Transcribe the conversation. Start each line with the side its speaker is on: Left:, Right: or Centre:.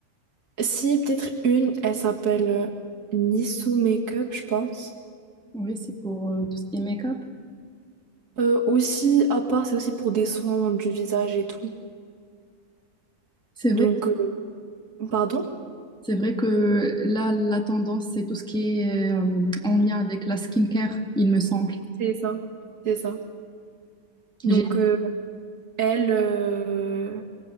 Right: Si, peut-être une, elle s'appelle euh, Nissou Makeup, je pense.
Centre: Oui, c'est pour euh, tout ce qui est make-up.
Right: Euh, aussi, à part, c'est aussi pour des soins du visage et tout.
Centre: C'est
Right: Donc,
Centre: vrai.
Right: euh, pardon?
Centre: C'est vrai que là, la tendance, c'est tout ce qui est euh, en lien avec la skincare, il me semble.
Right: C'est ça. C'est ça. Donc,
Centre: J'ai
Right: euh, elle, euh,